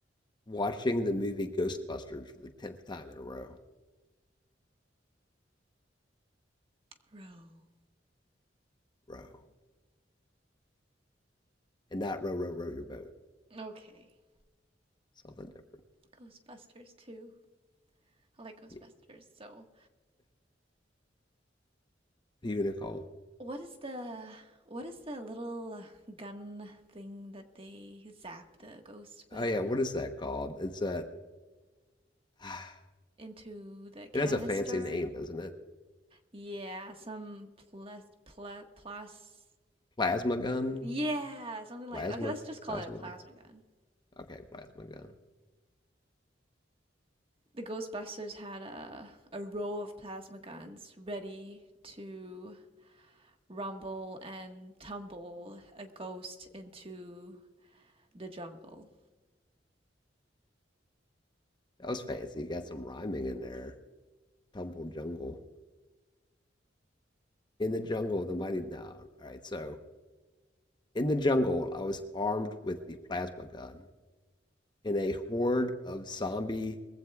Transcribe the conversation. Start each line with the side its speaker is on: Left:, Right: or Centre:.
Left: watching the movie Ghostbusters for the tenth time in a row.
Right: Row.
Left: Row. And not row, row, row your boat.
Right: Okay.
Left: Something different.
Right: Ghostbusters too. I like Ghostbusters,
Left: Yeah.
Right: so
Left: Who you gonna call?
Right: What is the what is the little uh, gun thing that they zap the ghosts with
Left: Oh yeah, what is that called? It's that <sighs>
Right: into the canister?
Left: it has a fancy name, doesn't it?
Right: Yeah, some plas pl plus
Left: Plasma gun?
Right: yeah, something like
Left: Plasma
Right: that. Okay, let's just call
Left: plasma
Right: it a plasma gun.
Left: okay, plasma gun.
Right: The Ghostbusters had a a row of plasma guns ready to rumble and tumble a ghost into the jungle.
Left: That was fancy. You Got some rhyming in there. Tumble jungle. In the jungle, the mighty no. All right, so in the jungle, I was armed with the plasma gun and a horde of zombie